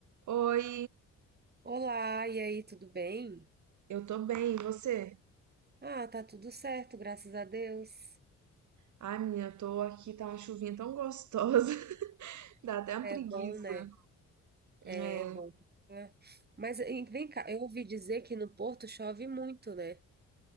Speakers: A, on the right (about 70°); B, on the right (about 30°).
A: Oi,
B: Olá, e aí, tudo bem?
A: eu tô bem, e você?
B: Ah, tá tudo certo, graças a Deus.
A: Ai, menina, eu tô aqui, tá uma chuvinha tão gostosa, <laughs> dá até uma
B: É
A: preguiça.
B: bom, né? É,
A: É,
B: é bom. É. Mas hein, vem cá, eu ouvi dizer que no Porto chove muito, né?